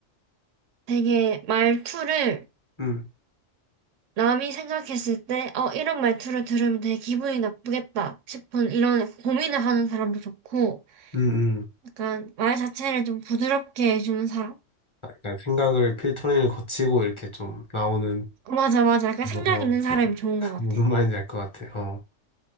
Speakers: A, on the right; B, on the left.
A: 되게 말투를
B: 음,
A: 남이 생각했을 때, 어, 이런 말투를 들으면 되게 기분이 나쁘겠다 싶은 이런 고민을 하는 사람도 좋고,
B: 음. 음.
A: 약간 말 자체를 좀 부드럽게 해주는 사람?
B: 약간 생각을 필터링을 거치고 이렇게 좀 나오는,
A: 맞아, 맞아. 약간 생각
B: 어, 어,
A: 있는 사람이 좋은 것 같아.
B: 무슨 말인지 알 것 같아. 어,